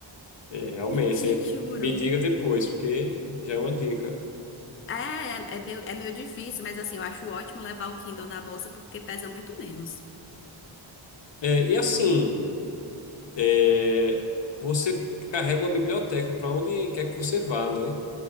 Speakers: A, on the left; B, on the left.
A: É, realmente,
B: Te juro.
A: me diga depois, porque já é uma dica.
B: É, é, é meio, é meio difícil, mas assim, eu acho ótimo levar o Kindle na bolsa porque pesa muito menos.
A: É, e assim, é, você carrega uma biblioteca para onde quer que você vá, né?